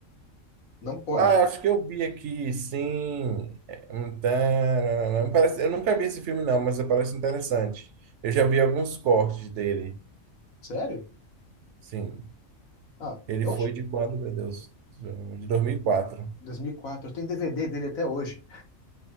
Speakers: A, on the left; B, on the right.
A: Não pode.
B: Ah, acho que eu vi aqui, sim. É, um tararara. Parece, eu nunca vi esse filme, não, mas parece interessante. Eu já vi alguns cortes dele.
A: Sério?
B: Sim.
A: Ah,
B: Ele
A: é
B: foi
A: hoje?
B: de quando, meu Deus? De 2004.
A: 2004. Eu tenho DVD dele até hoje.